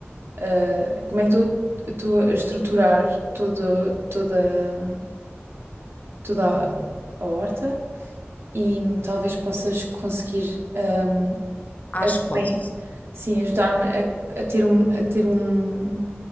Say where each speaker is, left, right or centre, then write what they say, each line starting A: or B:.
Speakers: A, on the right; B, on the left.
A: eh, como é que estou, estou a estruturar todo, toda, toda a, a horta e hum, talvez possas conseguir hum,
B: acho que posso.
A: Bem, sim, ajudar-me a, a ter um, a ter um,